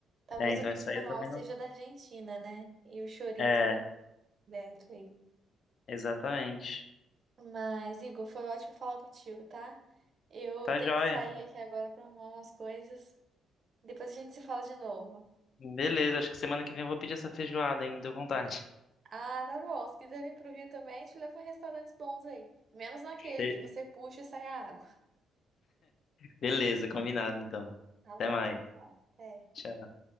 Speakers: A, on the right; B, on the left.
A: Talvez
B: É, então
A: o bife
B: essa aí
A: normal
B: eu também
A: seja
B: não.
A: da Argentina, né? E o chorizo
B: É,
A: é da Italy.
B: exatamente.
A: Mas, Igor, foi ótimo falar contigo, tá? Eu
B: Tá
A: tenho
B: joia.
A: que sair aqui agora pra arrumar umas coisas. Depois a gente se fala de novo.
B: Beleza, acho que semana que vem eu vou pedir essa feijoada aí, me deu vontade.
A: Ah, tá bom. Se quiser vir pro Rio também, te levo em restaurantes bons aí. Menos naquele
B: <laughs> Be-
A: que você puxa e sai a água.
B: Beleza, combinado então.
A: Tá
B: Até
A: bom,
B: mais.
A: tchau, tchau. Até.
B: Tchau.